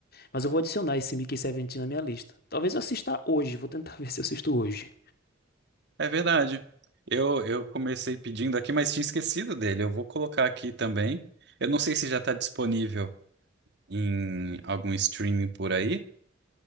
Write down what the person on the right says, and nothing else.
É verdade. Eu, eu comecei pedindo aqui, mas tinha esquecido dele. Eu vou colocar aqui também. Eu não sei se já está disponível em algum streaming por aí,